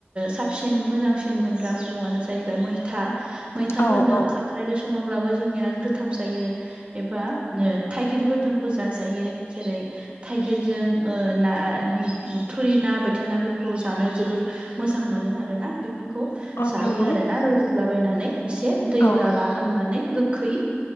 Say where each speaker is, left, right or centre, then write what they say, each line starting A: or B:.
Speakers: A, on the right (about 30°); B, on the left (about 85°).
A: साबसिन मोजांसिन मोनग्रा मैगंआनो जाहैबाय मैथा मैथाफोरजों
B: औ नंगौ औ नंगौ औ औ
A: खांख्राइजों सङोब्लाबो जोंनिया गोथाव जायो। एबा थाइगिरफोरजोंबो जाजायो जेरै थाइगिरजों ना थुरि ना बोर थेनाफोरखौ जानो जोबोर मोजां मोनो आरोना बेफोरखौ
B: औ
A: जायो
B: नंगौ
A: आरो ना लाबायनानै एसे दै
B: औ
A: लाला खामनानै गोखै